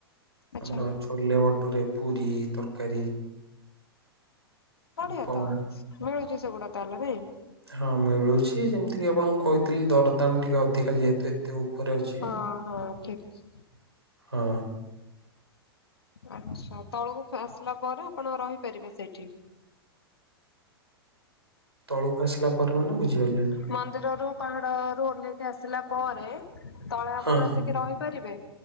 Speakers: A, on the left (about 75°); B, on the right (about 90°).
A: ଆଚ୍ଛା
B: ଆମର ଛୋଲେ ଭଟୋରେ ପୁରୀ ତରକାରୀ
A: ବଢିଆ
B: ଉପମା
A: ତ ମିଳୁଛି ସେଗୁଡା ତାହେଲେ ନାଇଁ।
B: ହଁ ମିଳୁଛି ଯେମିତି କିି ଆପଣଙ୍କୁ କହିଥିଲି ଦରଦାମ୍ ଟିକେ ଅଧିକା ଯେହେତୁ ଏତେ ଉପରେ ଅଛି।
A: ହଁ ହଁ ଠିକ୍
B: ହଁ
A: ଆଚ୍ଛା ତଳକୁ ଆସିଲା ପରେ ଆପଣ ରହିପାରିବେ ସେଇଠି।
B: ତଳକୁ ଆସିଲା ପରେ ମାନେ ବୁଝିପାରିଲେନି
A: ମନ୍ଦିରରୁ ପାହାଡ଼ ରୁ ଓହ୍ଲେଇକି ଆସିଲା ପରେ ତଳେ ଆପଣ
B: ହଁ
A: ଆସିକି
B: ହଁ।
A: ରହିପାରିବେ।